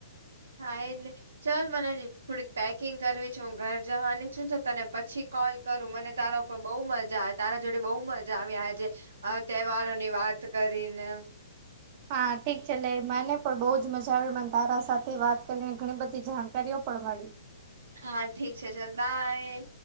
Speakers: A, on the right; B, on the right.
A: હા, એજ ને ચલ મને હજી થોડીક પેકિંગ કરવી છે, હું ઘર જવાની છું તો તને પછી કોલ કરું મને તારા <unintelligible> બઉ મજા આ, તારા જોડે બઉ મજા આવી આજે આ તહેવારોની વાત કરીને.
B: હા, ઠીક છે લે મને પણ બહુ જ મજા આવી મને તારા સાથે વાત કરીને ઘણી બધી જાણકારીઓ પણ મળી.
A: હા, ઠીક છે ચલ બાય.